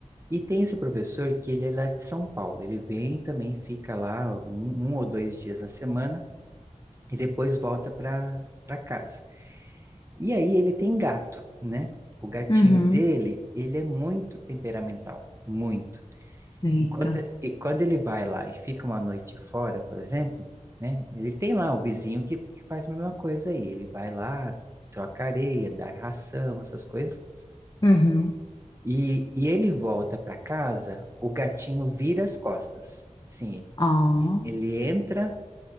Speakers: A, on the right (about 20°); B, on the left (about 35°).
A: E tem esse professor que ele é lá de São Paulo. Ele vem também, fica lá um, um ou dois dias na semana e depois volta para para casa. E aí ele tem gato, né? O gatinho
B: Uhum.
A: dele, ele é muito temperamental, muito.
B: Eita.
A: E quando, e quando ele vai lá e fica uma noite fora, por exemplo, né? Ele tem lá o vizinho que, que faz a mesma coisa aí. Ele vai lá, troca areia, dá ração, essas coisas.
B: Uhum.
A: E, e ele volta para casa, o gatinho vira as costas. Sim,
B: Ó.
A: ele entra,